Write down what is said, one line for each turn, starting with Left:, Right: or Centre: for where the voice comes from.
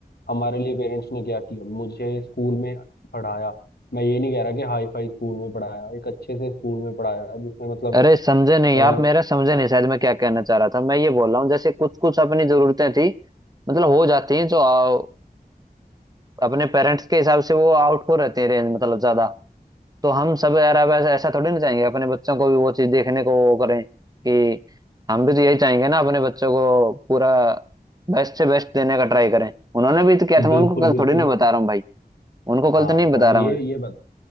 Left: हमारे लिए पेरेंट्स ने क्या किया मुझे स्कूल में पढ़ाया मैं ये नहीं कह रहा कि हाई फाई स्कूल में पढ़ाया एक अच्छे से स्कूल में पढ़ाया जिसमें मतलब
Right: अरे समझे नहीं
Left: अ,
Right: आप मेरा समझे नहीं शायद मैं क्या कहना चाह रहा था मैं ये बोल रहा हूँ जैसे कुछ कुछ अपनी जरूरतें थी मतलब हो जाती हैं जो आ, अपने पेरेंट्स के हिसाब से वो आउट हो रहते हैं रेंज मतलब ज्यादा तो हम सब यार अब ऐसा ऐसा थोड़ी ना चाहेंगे अपने बच्चों को भी वो चीज देखने को वो करें कि हम भी तो यही चाहेंगे ना अपने बच्चों को पूरा बेस्ट से बेस्ट देने का ट्राई करें उन्होंने भी तो किया था
Left: बिल्कुल
Right: मैं उनको कल
Left: बिल्कुल
Right: थोड़ी ना बता रहा हूँ भाई उनको कल
Left: हाँ
Right: तो नहीं
Left: भाई
Right: बता रहा
Left: ये
Right: मैं
Left: ये बात